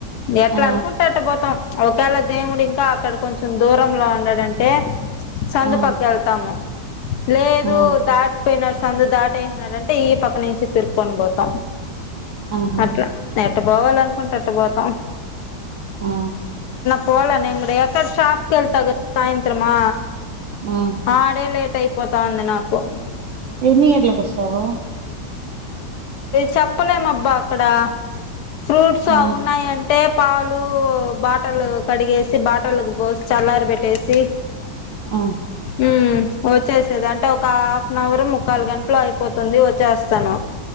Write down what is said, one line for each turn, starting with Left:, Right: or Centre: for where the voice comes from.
Left: ఎట్ల
Right: ఆ
Left: అనుకుంటే అట్ట పోతం ఒకాళ దేవుడు ఇంకా అక్కడ కొంచమ్ దూరంల ఉన్నడంటే సందు
Right: ఆ
Left: పక్క ఎల్ తాము లేదు
Right: ఆ
Left: దాట్ పోయినర్ సందు దాటే నడంటే ఈ పక్క నించి తుర్ కొన్ బోతామ్
Right: ఆహా
Left: అట్ల తడ్ పోవాలన్కుంటే ఎట్ట పోతాం.
Right: ఆ
Left: పోవాలా నేన్ గుడ ఎక్కడ షాప్కెళ్తా కద సాయంత్రమా
Right: ఆ
Left: ఆడేలే టై పోతా ఉంది నాకు
Right: ఎన్ని గంటలక్ కొస్తవా
Left: చెప్పలేమ్ మబ్బ అక్కడ ఫ్రూట్స్
Right: ఆ
Left: అవ్ ఉన్నాయంటే పాలు బాటల్ లు కడిగేసి బాటలకు పోస్ చల్లార్ బెట్టేసి
Right: ఆ
Left: ఉమ్ వచ్చేసేద్ అంటే ఒక హాఫ్ నవ్ ర్ ముకల్ గంట్ లో అయిపోతుంది వచ్చస్తాను